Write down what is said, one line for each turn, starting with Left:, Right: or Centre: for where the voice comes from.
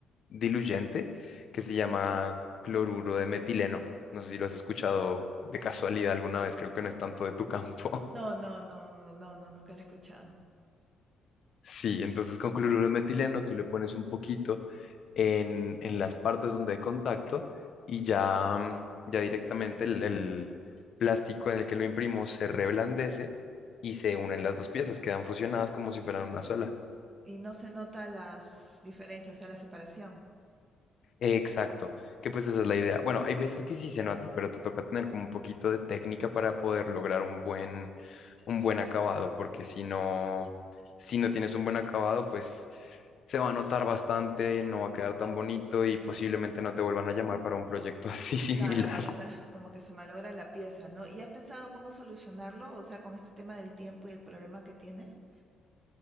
Left: diluyente que se llama cloruro de metileno. No sé si lo has escuchado de casualidad alguna vez. Creo que no es tanto de tu campo.
Right: No, no, no, no, no, nunca lo he escuchado.
Left: Sí, entonces con cloruro de metileno tú le pones un poquito en, en las partes donde hay contacto y ya, mm, ya directamente el, el plástico en el que lo imprimo se reblandece y se unen las dos piezas, quedan fusionadas como si fueran una sola.
Right: Y no se nota las diferencias, o sea, la separación.
Left: Exacto, que pues esa es la idea. Bueno, hay veces que sí se nota, pero te toca tener como un poquito de técnica para poder lograr un buen, un buen acabado, porque si no, si no tienes un buen acabado, pues se va a notar bastante, no va a quedar tan bonito y posiblemente no te vuelvan a llamar para un proyecto <laughs> así similar.
Right: Claro, malogra, como que se malogra la pieza, ¿no? ¿Y has pensado cómo solucionarlo? O sea, con este tema del tiempo y el problema que tienes.